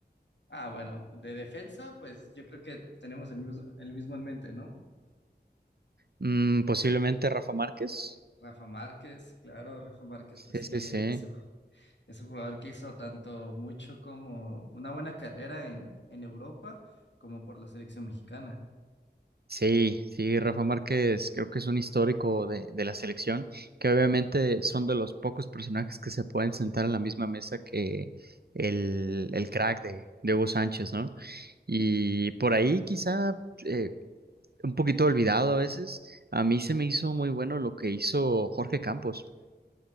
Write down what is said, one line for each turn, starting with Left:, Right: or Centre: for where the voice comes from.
Left: Ah, bueno, de defensa, pues yo creo que tenemos el mismo, el mismo en mente, ¿no?
Right: Mm, posiblemente Rafa Márquez.
Left: Rafa Márquez, claro, Rafa Márquez,
Right: Sí,
Left: pues sí,
Right: sí,
Left: eso
Right: sí.
Left: Es un jugador que hizo tanto mucho como una buena carrera en, en Europa como por la selección mexicana.
Right: Sí, sí, Rafa Márquez creo que es un histórico de, de la selección, que obviamente son de los pocos personajes que se pueden sentar en la misma mesa que el, el crack de, de Hugo Sánchez, ¿no? Y por ahí quizá eh, un poquito olvidado a veces. A mí se me hizo muy bueno lo que hizo Jorge Campos.